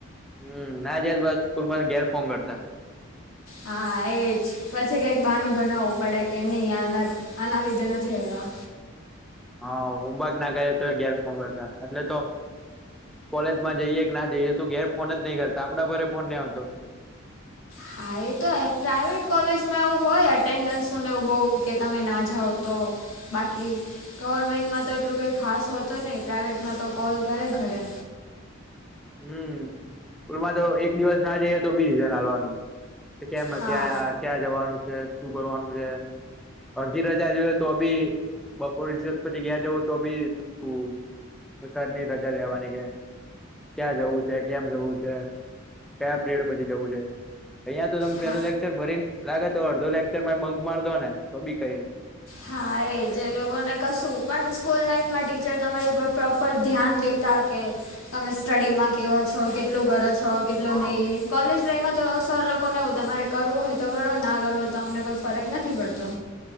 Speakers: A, in the centre; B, on the left.
A: હમ ના જાય બસ પાછા સ્કૂલ ઘેર ફોન કરતા
B: હા એજ, પછી કઈક બાનું બનાવવું પડે કે નહી આના હા આના લદેના તો હવા.
A: હા હુંબક ના કરે તો, ઘેર ફંગરતા એટલે તો કોલેજ માં જઈએ કે ના જઈએ, તું ઘેર ફોન જ નઈ કરતા આપણા ઘરે ફોન નહ આવતો.
B: હા એ તો પ્રાઇવેટ કોલેજમાં એવું હોય એટેન્ડન્સું ને એવું બહુ કે તમે ના જાઓ તો. બાકી, ગવર્મેન્ટમાંતો એટલું કઈ ખાસ હોતું નહી પ્રાાઈવેટમાં તો કોલ કરે ઘરે.
A: હમ, સ્કૂલમાં તો એક દિવસ ના જઈએ તો બી હજાર નાલવાનું. કે કેમ
B: હા
A: નથી આયા ક્યાં જવાનું છે શું કરવાનું છે? અડધી ર હજા જોએ તો અભી બપોરસ દિવસ પછી ગયા જવું તો બીરની રજા લેવાની ગયા. ક્યાં જવું છે, કેમ જવું છે કયા પીયડ પછી જવું છે? અહિયાં તો તમે
B: હા
A: પે લચર ભરીને લાગે તો અડધો લેકચર માં બંક માર દો ને તો બી કઈ નહીં.
B: હા એ જે લોકોને કશું પણ સ્કૂલ લાઈફમાં ટીચર તમારી ઉપર પ્રોપર ધ્યાન દે તા કે તમે સ્ટડીમાં કેવા છો કેટલું કરો છો કેટલું
A: હા
B: નહીં. કોલેજ લમાં તો સર લોકો ને એવું તમારે કરવું હોય તો કરવો ના કરવો હોય તો અમને કોઈ ફરક નથી પડતો.